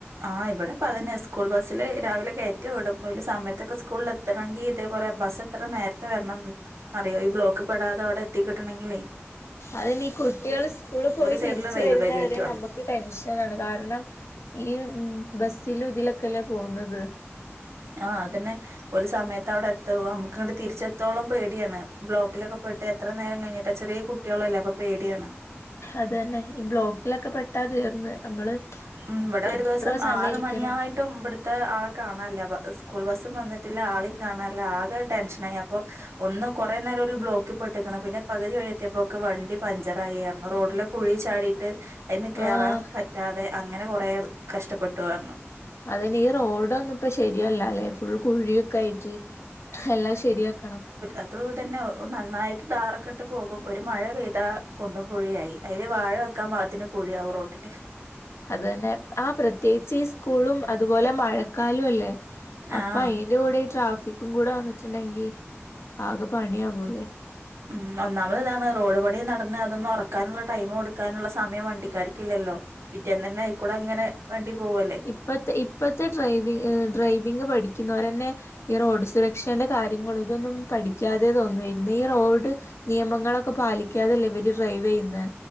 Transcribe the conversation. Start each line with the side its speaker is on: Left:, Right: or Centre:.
Right: ആഹ് ഇവടെപ്പ അതന്നെ സ്കൂൾ ബസ്സില് രാവിലെ കേറ്റി വിടും ഓലു സമയത്തൊക്കെ സ്കൂളിലെ തെണങ്കി ഇതേപോലെ ബസ് എത്ര നേരത്തെ വരണം അറിയോ ഈ ബ്ലോക്കി പെടാതെ അവടെ എത്തി കിട്ടണെങ്കിലേ
Left: അതിനി കുട്ടികൾ സ്കൂളി പോയ്
Right: ഒരു സൈഡില്
Left: തിരിച്ചു
Right: റെയിൽവേ
Left: വരുന്നവരെ
Right: ഗേറ്റും ആണ്
Left: നമ്മ- ക്ക് ടെൻഷനാണ് കാരണം ഈ ഉ ബസിലും ഇതിലൊക്കെല്ലേ പോകുന്നത്
Right: ആഹ് അതന്നെ ഒലു സമയത്ത് അവടെ എത്തോ അമക്കങ്ങിട്ട് തിരിച്ചെത്തോളം പേടിയാണ് ബ്ലോക്കിലൊക്കെ പെട്ട് എത്ര നേരം കഴിഞ്ഞിട്ടാ ചെറിയ കു- കുട്ടിയോള്ളല്ല അപ്പോ പേടിയാണ്
Left: അത് അന്നെ ഈ ബ്ലോക്കിലൊക്കെ പെട്ടാ തീർന്ന് നമ്മള്
Right: ഉം ഇവടെ ഒരു
Left: എത്ര
Right: ദിവസം
Left: സമയം
Right: ആറ്
Left: ഇരിക്കണം
Right: മണിയായ്- ട്ടും ഇവിടുത്തെ ആളെ കാണാനില്ല പ സ്കൂൾ ബസ്സും വന്നിട്ടില്ല ആളെയും കാണാനില്ല ആകെ ടെൻഷനായി അപ്പോ ഒന്ന് കൊറെ നേരം ബ്ലോക്കിൽ പെട്ടിക്കണ് പിന്നെ പകുതി വഴിയെത്തിപ്പോക്ക് വണ്ടി പഞ്ചറായി റന്നു റോഡില് കുഴി ചാടിട്ട് അയ്ന്ന് കേറാൻ
Left: ആഹ്
Right: പറ്റാതെ അങ്ങനെ കുറേ കഷ്ടപ്പെട്ടു പറഞ്ഞു
Left: അതെന്നെ ഈ റോഡൊന്നും ഇപ്പ ശെരിയല്ലാല്ലേ ഫുൾ കുഴി- യൊക്കായിട്ട് എല്ലാം ശെരിയാക്കണം
Right: അതു ഇതന്നെ നന്നായിട്ട് ഡാറൊക്കിട്ട് പോകും ഒരു മഴ പെയ്താ കൊണ്ടും കുഴിയായ് അയില് വാഴ വെക്കാൻ പാകത്തിന് കുഴിയാവും റോട്ടില്ല്
Left: അത് തന്നെ ആഹ പ്രത്യേകിച്ച് ഈ സ്കൂളും അതുപോലെ മഴക്കാലം അല്ലേ അപ്പ
Right: ആഹ്
Left: അതിന്റെ കൂടെ ട്രാഫിക്കും കൂടെ വന്നിട്ടുണ്ടെങ്കി ആകെ പണിയാവൂലെ
Right: ഉം ഒന്നാമതിതാണ് റോഡ് പണിയൊന്നും നട- ന്നതൊന്നു ഒറക്കാനുള്ള ടൈമ് കൊടുക്കാനുള്ള സമയം വണ്ടിക്കാർക്കില്ലല്ലോ പിറ്റേന്ന് തന്നെ അയിക്കൂടെ അങ്ങനെ വണ്ടി പോവല്ലേ
Left: ഇപ്പോത്തെ ഇപ്പത്തെ ഡ്രൈവി ഡ്രൈവിംഗ് പഠിക്കുന്നോരന്നെ ഈ റോഡ് സുരക്ഷേന്റെ കാര്യങ്ങൾ ഇതൊന്നും പഠിക്കാതെ തോന്ന് വെരുന്നേ ഈ റോഡ് നിയമങ്ങളൊക്കെ പാലിക്കാതല്ലേ ഇവര് ഡ്രൈവെയ്യുന്നേ